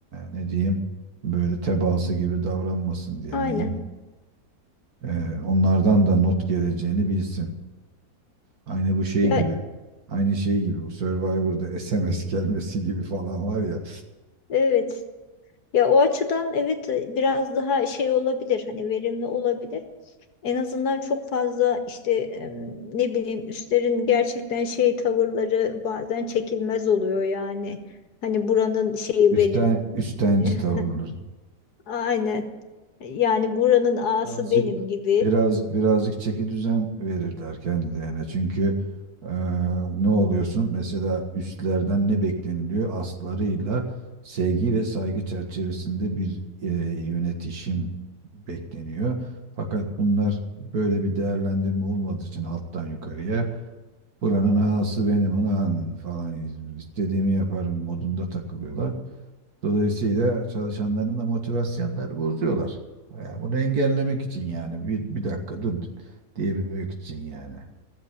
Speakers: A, on the right (about 65°); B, on the left (about 75°).
A: ne diyeyim böyle tebaası gibi davranmasın diye.
B: aynen.
A: Yani iyi- e, onlardan da not geleceğini bilsin. Aynı bu şey
B: Ya
A: gibi. Aynı şey gibi bu Survivor'da SMS gelmesi gibi falan var ya.
B: evet. Ya o açıdan evet e, biraz daha şey olabilir. Hani verimli olabilir. En azından çok fazla işte em, ne bileyim üstlerin gerçekten şey tavırları bazen çekilmez oluyor yani. Hani buranın şeyi
A: Üstten
B: benim.
A: üstenci
B: <laughs>
A: tavırlar.
B: Aynen. Yani buranın ağası
A: Birazcık
B: benim gibi.
A: biraz birazcık çeki düzen verirler kendilerine. Çünkü e, ne oluyorsun? Mesela üstlerden ne bekleniliyor? Aslarıyla sevgi ve saygı çerçevesinde bir e, yönetişim bekleniyor. Fakat bunlar böyle bir değerlendirme olmadığı için alttan yukarıya Buranın ağası benim ulan falan istediğimi yaparım modunda takılıyorlar. Dolayısıyla çalışanların da motivasyonları bozuyorlar. Yani bunu engellemek için yani bir, bir dakika dur diyebilmek için yani.